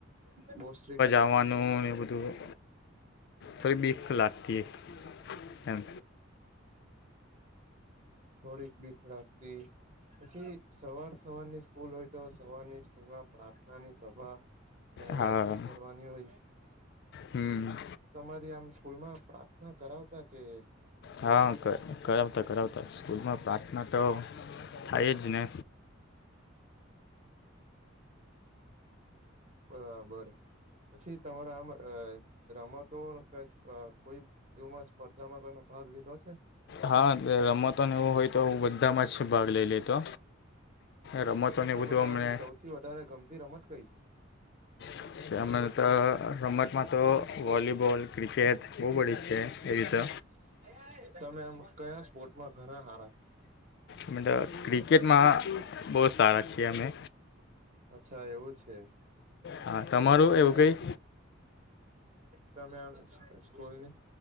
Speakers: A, on the right; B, on the left.
A: બોવ સ્ટ્રીક
B: આવવાનું ને એ બધું થોડી બીક લાગતી એમ
A: થોડીક બીક લાગતી પછી સવાર સવારની સ્કૂલ હોય તો સવારની પૂર્વ પ્રાર્થના ની સભા પહેલા
B: હા
A: જ કરવાની હોય
B: હંઅ
A: તમારી આમ સ્કૂલમાં પ્રાર્થના કરાવતાં કે નહી
B: હા
A: કરાવતા
B: કર કરાવતાં કરાવતાં સ્સ્કૂલમાં પ્રાર્થના તો થાય જ ને.
A: બરાબરપછી તમારા આમ રમતો કશુઅ કોઈ એમાંસ્પર્ધામાં કોયમો ભાગ લીધો છે.
B: હા રમતો ને એવું હોય તો હું બધાંમાં જ ભાગ લઈ લેતો. રમતોને
A: તો તમને
B: એબધું
A: આમ
B: અમે
A: સૌથી વધારે ગમતી રમત કઈ છે?
B: <unintelligible> તો રમતમાં તો વોલીબોલ, ક્રિકેટ
A: <unintelligible>
B: બહુ બધી છે એવી રીતે
A: તમે આમ કયા સ્પોર્ટમાં ઘણા હારા છો? <inaudible>
B: એમ તો ક્રિકેટમાં બો સારા છીએ અમે.
A: અચ્છા! એવું છે.
B: હા તમારું
A: તો બી
B: એવું
A: આમ
B: કંઈ?
A: તમે આમ સ્કૂલની